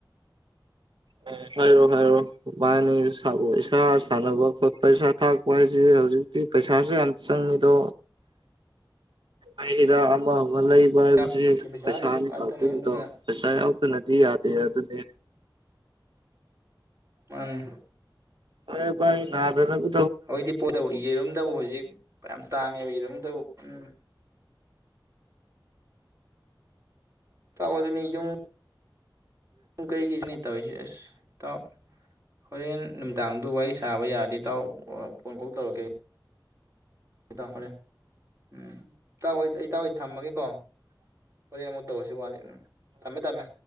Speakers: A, on the right (about 75°); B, on the right (about 40°).
A: ꯑꯦ ꯍꯥꯏꯔꯣ ꯍꯥꯏꯔꯣ <unintelligible> ꯏꯁꯥ ꯁꯥꯟꯅꯕ ꯈꯣꯠꯄ ꯏꯁꯥ ꯊꯥꯛꯄ ꯍꯥꯏꯁꯦ ꯍꯧꯖꯤꯛꯇꯤ ꯄꯩꯁꯥꯁꯨ ꯌꯥꯝ ꯆꯪꯉꯤꯗꯣ꯫ ꯑꯩ ꯍꯤꯗꯥꯛ ꯑꯃ ꯑꯃ ꯂꯩꯕ ꯍꯥꯏꯕꯁꯤ
B: ꯏꯇꯥꯎꯒꯤ
A: ꯄꯩꯁꯥꯒꯤ
B: ꯉꯥꯛꯇꯅꯤ
A: ꯉꯛꯇꯅꯤꯗꯣ
B: ꯑꯗꯨꯅ
A: ꯄꯩꯁꯥ ꯌꯥꯎ ꯑꯗꯨꯅꯗꯤ ꯌ ꯌꯥ ꯑꯗꯨꯅꯤ
B: ꯃꯟꯅꯤ
A: ꯐꯔꯦ ꯕꯥꯏ ꯅꯥꯗꯅꯕꯨ
B: ꯍꯧꯖꯤꯛꯇꯤ ꯄꯣꯠꯇꯕꯨ ꯌꯦꯔꯨꯝꯗꯕꯨ ꯍꯧꯖꯤꯛ ꯃꯌꯥꯝ ꯇꯥꯡꯉꯦ ꯌꯦꯔꯨꯝꯗꯕꯨ ꯎꯝ ꯏꯇꯧ ꯑꯗꯨꯅꯤ ꯌꯨꯝ ꯨꯎꯝ ꯀꯩ ꯖꯤꯅꯤꯠ ꯇꯧꯔꯤꯁꯦ ꯑꯁ ꯏꯇꯥꯎ ꯍꯣꯔꯦꯟ ꯅꯨꯃꯤꯗꯥꯡꯗꯨ ꯋꯥꯔꯤ ꯁꯥꯕ ꯌꯥꯔꯗꯤ ꯏꯇꯥꯎ ꯐꯣꯟ ꯀꯣꯛ ꯇꯧꯔꯛꯀꯦ꯫ ꯏꯇꯥꯎ ꯍꯣꯔꯦꯟ ꯎꯝ ꯏꯇꯥꯎ ꯑꯩ ꯑꯩ ꯏꯇꯥꯎ ꯊꯝꯃꯒꯦꯀꯣ ꯍꯣꯔꯦꯟ ꯑꯃꯨꯛ ꯇꯧꯔꯁꯤ ꯋꯥꯠꯂꯦ ꯎꯝ ꯊꯝꯃꯦ ꯊꯝꯃꯦ꯫